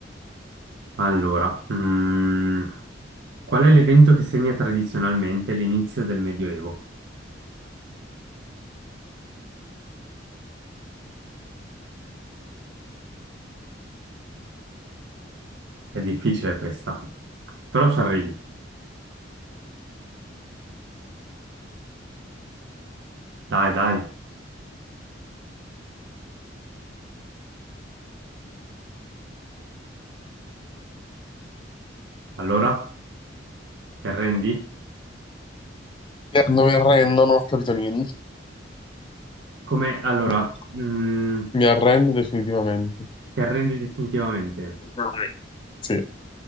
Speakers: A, on the right (about 65°); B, on the left (about 25°).
A: Allora, mm, qual è l'evento che segna tradizionalmente l'inizio del Medioevo? È difficile questa, però ci arrivi. Dai, dai. Allora, ti arrendi?
B: Mi arrendo, non ho capito niente.
A: Come, allora,
B: Mi ar-
A: mm,
B: mi arrendo definitivamente.
A: ti arrendi definitivamente.
B: Dai. Sì.